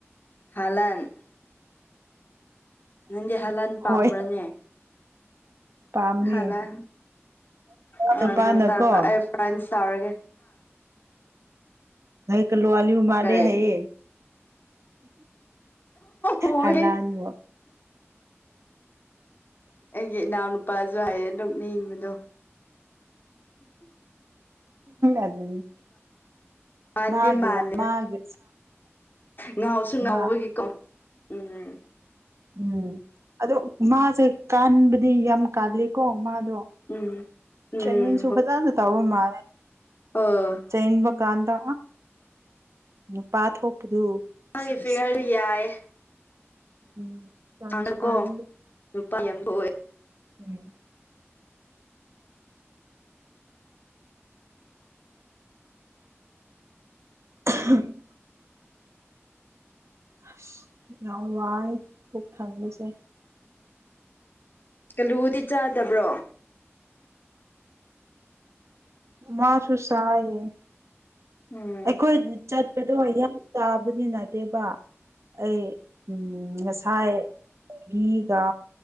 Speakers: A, on the left; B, on the right.
A: ꯍꯥꯔꯂꯟ ꯅꯪꯗꯤ ꯍꯥꯔꯂꯟ ꯄꯥꯝꯕ꯭ꯔꯅꯦ
B: ꯍꯣꯏ ꯄꯥꯝꯃꯦ
A: ꯍꯥꯔꯂꯟ ꯅꯪ
B: ꯅꯨꯄꯥꯅꯀꯣ
A: ꯑꯗꯣ ꯇꯧꯔꯣ ꯑꯩ ꯐ꯭ꯔꯥꯟ ꯇꯧꯔꯒꯦ
B: ꯅꯣꯛꯒꯅꯣ ꯑꯂꯨ ꯃꯥꯂꯦ
A: ꯀꯔꯤ
B: ꯍꯥꯏꯌꯦ
A: ꯍꯣꯏ
B: ꯍꯥꯔꯂꯟ ꯕꯨ
A: ꯑꯩꯒꯤ ꯏꯅꯥꯎꯅꯨꯄꯥꯁꯨ ꯍꯥꯏꯌꯦ ꯑꯗꯨꯝ ꯅꯤꯡꯕꯗꯣ
B: ꯑꯗꯨꯅꯤ
A: ꯃꯥꯟꯗꯤ
B: ꯃꯥꯒꯤ
A: ꯃꯥꯜꯂꯦꯗ
B: ꯃꯥꯒꯤ
A: ꯉꯥꯎꯁꯨ ꯉꯥꯎꯕꯒꯤꯀꯣ
B: <unintelligible>
A: ꯎꯝ
B: ꯎꯝ ꯑꯗꯣ ꯃꯥꯁꯦ ꯀꯥꯟꯕꯗꯤ ꯌꯥꯝ ꯀꯥꯜꯂꯤꯀꯣ ꯃꯥꯗꯣ
A: ꯎꯝ ꯎꯝ
B: ꯇ꯭ꯔꯦꯅꯤꯡꯁꯨ ꯐꯖꯥꯅ ꯇꯧꯕ ꯃꯥꯂꯦ
A: ꯑꯣ
B: ꯆꯦꯟꯕ ꯀꯥꯟꯗ ꯅꯨꯄꯥ ꯊꯣꯛꯄꯗꯨ ꯁꯦꯁ
A: ꯃꯥꯒꯤ ꯐꯤꯒꯥꯔꯁꯨ ꯌꯥꯏꯌꯦ
B: ꯎꯝ ꯇꯟꯁꯨ
A: ꯇꯥꯡꯉꯀꯣ
B: ꯇꯜꯂꯤ
A: ꯅꯨꯄꯥ <unintelligible>
B: ꯎꯝ ꯎ <unintelligible> ꯑꯁ ꯌꯥꯝ ꯋꯥꯏ ꯄꯨꯛ ꯊꯥꯟꯕꯁꯦ
A: ꯀꯂꯨꯗꯤ ꯆꯥꯗꯕ꯭ꯔꯣ
B: ꯃꯥꯁꯨ ꯆꯥꯢꯌꯦ
A: ꯎꯝ
B: ꯑꯩꯈꯣꯏ ꯆꯠꯄꯗꯣ ꯌꯥꯝ ꯆꯥꯕꯅꯤ ꯅꯠꯇꯦꯕ ꯑꯝ ꯑꯩ ꯉꯁꯥꯏ ꯃꯤꯒ